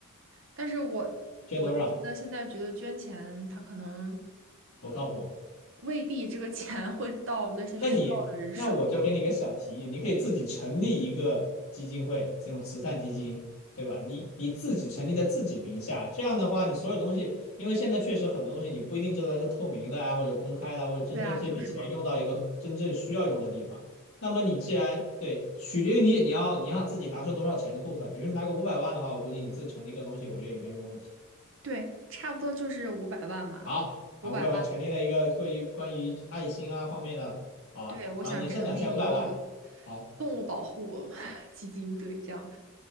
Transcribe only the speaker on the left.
捐多少？
不靠谱。
那你，那我就给你一个小提议，你可以自己成立一个基金会，这种慈善基金，对吧？你你自己成立在自己名下，这样的话，你所有东西，因为现在确实很多东西你不一定知道它是透明的啊，或者公开的啊或者真正这笔钱用到一个真正需要用的地方。
那么你既然对，取决于你你要你要自己拿出多少钱的部分，比如你拿个五百万的话，我估计你自己成立一个东西，我觉得也没什么问题。
好，啊，
五百万成立了一个关于关于爱心啊方面的，好啊，
啊，年设两千五百万，好，